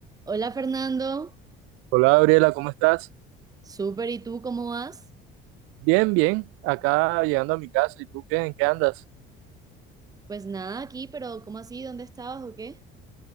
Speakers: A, on the right (about 15°); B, on the right (about 85°).
A: Hola Fernando,
B: Hola Gabriela, ¿cómo estás?
A: súper, ¿y tú cómo vas?
B: Bien, bien, acá llegando a mi casa. ¿Y tú qué? ¿En qué andas?
A: Pues nada, aquí, pero ¿cómo así? ¿Dónde estabas o qué?